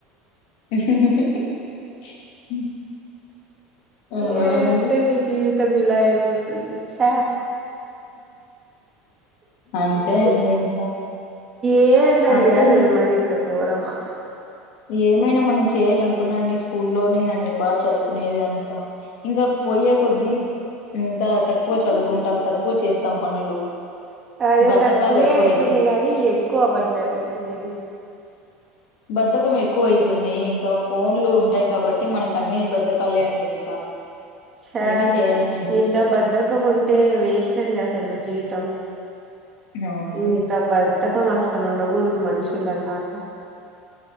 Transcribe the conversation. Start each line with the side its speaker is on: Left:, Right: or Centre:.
Left: ఇ అవునా
Right: ఏంటడి
Left: అండి
Right: జీవితం ఇలా అయిపోతుంది ఛా
Left: అంతే అండి ఇంకా
Right: ఏంటండి
Left: అంతే
Right: అసలు
Left: అండి
Right: మరి ఇంత ఘోరమా
Left: ఏమైనా మనం చేయాల అనుకున్నాన్ని స్కూల్లోనే అన్ని బాగా చదువుకునేది అంతా ఇంకా పొయ్యే కొద్ద్దీ ఇంకా తక్కువ చదువుకుంటాం తక్కువ చేస్తాం పనులు
Right: అదే
Left: బద్ధకాలు
Right: తక్కువే
Left: ఎక్కువ
Right: అవుతుంది
Left: అయితాయి
Right: కానీ ఎక్కువ అవ్వట్లేదండి ఏది
Left: బద్ధకం ఎక్కువ అవుతుంది ఇంకా ఫోన్లు ఉంటాయి కాబట్టి మనకు అన్ని బధకాలే అండి ఇంకా
Right: ఛా
Left: ఏమి చేయాలని అనిపించదు
Right: ఇంత బద్ధకం ఉంటే వేస్ట్ అండి అసలు జీవితం
Left: అవునండి
Right: ఇంత బద్దకం అస్సలు ఉండకూడదు మనుషులు అన్నాక